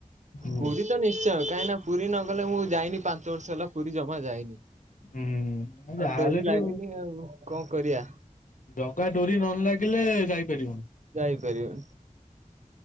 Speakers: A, on the left; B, on the right.
A: ହୁଁ।
B: ପୁରୀ ତ ନିଶ୍ଚୟ କାହିଁକି ନା ପୁରୀ ନଗଲେ ମୁଁ ଯାଇନି ପାଞ୍ଚ ବର୍ଷ ହେଲା ପୁରୀ ଜମା ଯାଇନି।
A: ହୁଁ ଯାହାହେଲେ
B: ଆଉ ଡୋରି
A: ଟିକେ
B: ଲାଗିନି ଆଉ କଣ କରିବା।
A: ଜଗା ଡୋରି ନ ଲାଗିଲେ ଯାଇପାରିବନି।
B: ଯାଇପାରିବନି।